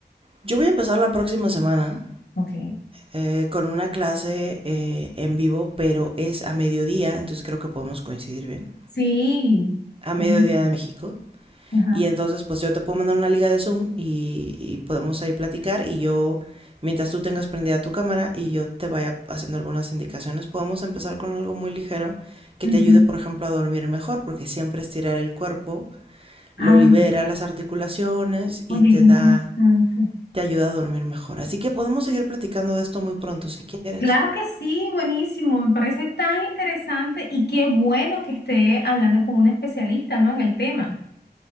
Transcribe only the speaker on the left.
Ok.
Sí.
bueno,
Ajá.
ujú.
Ah,
oye,
qué interesante.
Claro que sí, buenísimo. Me parece tan interesante y qué bueno que esté hablando con un especialista, ¿no? En el tema.